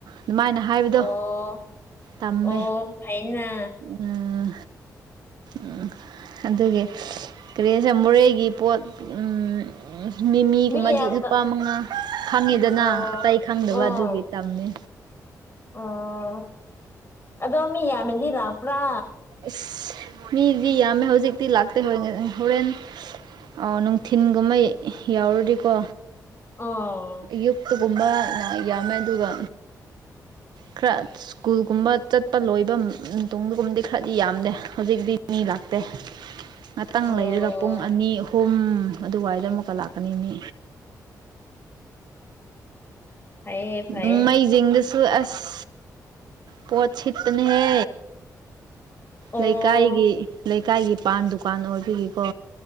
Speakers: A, on the right; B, on the left.
A: ꯑꯗꯨꯃꯥꯏꯅ ꯍꯥꯏꯕꯗꯣ
B: ꯑꯣ
A: ꯇꯝꯃꯦ
B: ꯑꯣ ꯐꯩꯅꯥ
A: ꯎꯝ ꯎꯝ ꯑꯗꯨꯒꯤ ꯀꯔꯤ ꯍꯥꯏꯁꯤꯔ ꯃꯣꯔꯦꯒꯤ ꯄꯣꯠ ꯎꯝ ꯎꯝ ꯃꯤꯃꯤꯒꯨꯝꯕꯗꯤ
B: ꯃꯤ ꯌꯥꯝꯅ
A: ꯂꯨꯄꯥ ꯃꯉꯥ ꯈꯪꯉꯤꯗꯅ
B: ꯑꯣ
A: ꯑꯇꯩ ꯈꯪꯗꯕ
B: ꯑꯣ
A: ꯑꯗꯨꯒꯤ ꯇꯝꯃꯦ
B: ꯑꯣ ꯑꯗꯣ ꯃꯤ ꯌꯥꯝꯅꯗꯤ ꯂꯥꯛꯄ꯭ꯔꯥ
A: ꯏꯁ ꯃꯤꯗꯤ ꯌꯥꯝꯃꯦ ꯍꯧꯖꯤꯛꯇꯤ ꯂꯥꯛꯇꯦ ꯍꯣꯏ ꯍꯣꯔꯦꯟ ꯑꯣ ꯅꯨꯡꯊꯤꯟꯒꯨꯝꯕ ꯌꯧꯔꯗꯤꯀꯣ
B: ꯑꯣ
A: ꯑꯌꯨꯛꯇ ꯒꯨꯝꯕ ꯌꯥꯝꯃꯦ ꯑꯗꯨꯒ ꯈꯔ ꯁ꯭ꯀꯨꯜꯒꯨꯝꯕ ꯆꯠꯄ ꯂꯣꯏꯕ ꯃꯇꯨꯡꯗꯒꯨꯝꯗꯤ ꯈꯔꯗꯤ ꯌꯥꯝꯗꯦ ꯍꯧꯖꯤꯛꯇꯤ ꯃꯤ ꯂꯥꯛꯇꯦ ꯉꯥꯛꯇꯪ
B: ꯑꯣ
A: ꯂꯩꯔꯒ ꯄꯨꯡ ꯑꯅꯤ ꯑꯍꯨꯝ ꯑꯗꯨꯋꯥꯏꯗ ꯑꯃꯨꯛꯀ ꯂꯥꯛꯀꯅꯤ ꯃꯤ
B: <inaudible> ꯐꯩꯌꯦ
A: ꯅꯣꯃꯥꯏꯖꯤꯡꯗꯁꯨ ꯑꯁ ꯄꯣꯠ ꯁꯤꯠꯄꯅꯦꯍꯦ
B: ꯑꯣ
A: ꯂꯩꯀꯥꯏꯒꯤ ꯂꯩ ꯂꯩꯀꯥꯏꯒꯤ ꯄꯥꯟ ꯗꯨꯀꯥꯟ ꯑꯣꯏꯕꯒꯤꯀꯣ